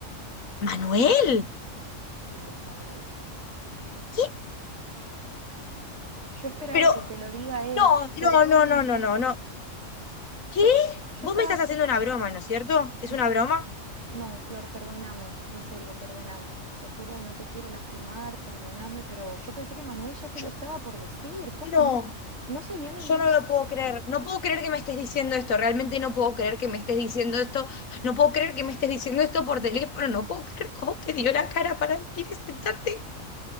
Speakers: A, on the left (about 85°); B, on the right (about 60°).
A: Manuel,
B: sí, es Manuel.
A: ¿qué?
B: Yo esperaba
A: Pero
B: que te lo diga él,
A: No,
B: perdón.
A: no, no, no, no, no, no. ¿Qué?
B: Yo, yo
A: Vos
B: estaba,
A: me estás haciendo una broma, ¿no es cierto? ¿Es
B: No,
A: una broma?
B: no, Flor, perdóname, en serio, perdóname. Te juro que no te quiero lastimar, perdóname, pero yo pensé que Manuel ya te
A: Yo,
B: lo estaba por decir. ¿Cómo
A: no,
B: no? No se vio ningún
A: yo no
B: signo.
A: lo puedo creer. No puedo creer que me estés diciendo esto. Realmente no puedo creer que me estés diciendo esto. No puedo creer que me estés diciendo esto por teléfono. No puedo creer cómo te dio la cara para venir y sentarte.